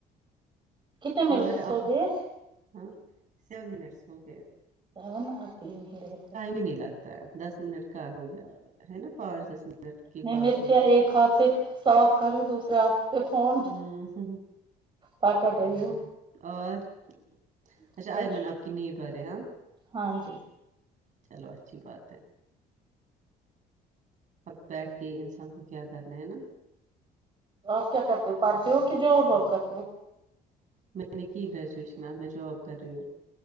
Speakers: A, on the right; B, on the right.
A: کتنے
B: اور
A: مرچ ہو
B: اپنا
A: گئے
B: ہاں سیون منٹس اوکے
A: س ن آتی ہییر کو
B: ہی نہیں لگتا ہے دس منٹ کا ہو گیا ہے نا پانچ دس منٹ کی
A: میں
B: بات
A: مرچیاں
B: ہوتی
A: ایک ہاتھ سے صاف کر رہی ہ دوسرے ہاتھ سے فون
B: ہ ہ
A: پکڑ رہی
B: اور <unintelligible> اچھا
A: ہوں
B: آئمن آپ کی نیب بر ہاں
A: ہاں جی
B: چلو اچھی بات ہے اب بیٹھ کے انسان کو کیا کرنا ہے نا
A: اورک کرتی پڑتی ہوک کہ جوبوکتی
B: میں نے کی گریجویشن آ میں جاب کر رہی ہوں